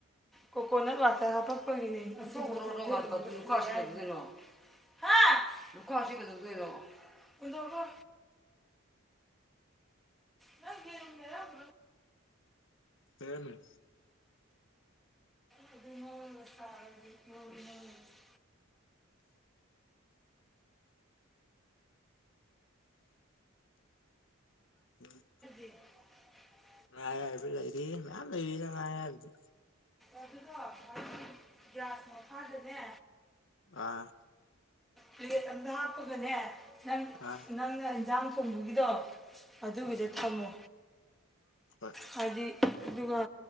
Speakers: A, in the centre; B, on the left.
A: ꯀꯣꯀꯣꯅꯠ ꯋꯥꯇꯔ ꯍꯥꯄꯄꯒꯤꯅꯦ <unintelligible> ꯍꯥ ꯂꯨꯈꯥꯛꯁꯦ ꯀꯩꯗꯧꯗꯣꯢꯅꯣ ꯍꯨꯟꯗꯣꯛꯈꯣ ꯅ ꯌꯦꯔꯨꯝꯅꯦꯗ <unintelligible> <unintelligible>
B: ꯇꯦꯝ
A: ꯑꯗꯨꯅ ꯇ <unintelligible>
B: ꯎꯝ
A: <unintelligible>
B: ꯉꯥ ꯑꯌꯥꯢꯕ ꯂꯩꯔꯤ ꯃꯌꯥꯝ ꯂꯩꯔꯤꯗ ꯉꯥ ꯑꯌꯥꯢꯕꯗꯤ
A: ꯑꯗꯨꯗꯣ <unintelligible> ꯒ꯭ꯌꯥꯁ ꯃꯈꯥꯗꯅꯦ
B: ꯑꯥ
A: ꯄ꯭ꯂꯦꯠ ꯑꯝꯗ ꯍꯥꯞꯄꯒꯅꯦ ꯅꯪ
B: ꯑꯥ
A: ꯅꯪꯅ ꯢꯟꯁꯥꯡ ꯊꯣꯡꯕꯒꯤꯗꯣ ꯑꯗꯨꯒꯤꯗꯨ
B: ꯎꯝ
A: ꯊꯝꯃꯨ
B: ꯍꯣꯏ
A: ꯍꯥꯏꯗꯤ ꯑꯗꯨꯒ